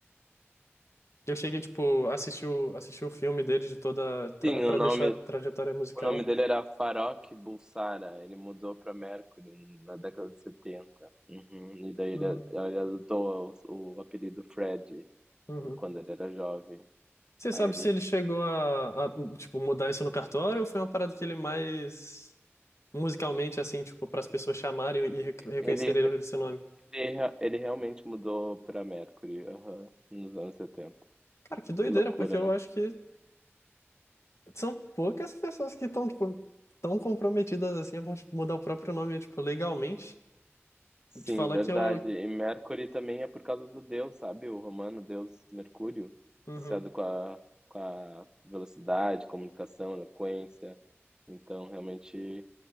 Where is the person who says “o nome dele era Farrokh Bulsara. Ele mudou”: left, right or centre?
Right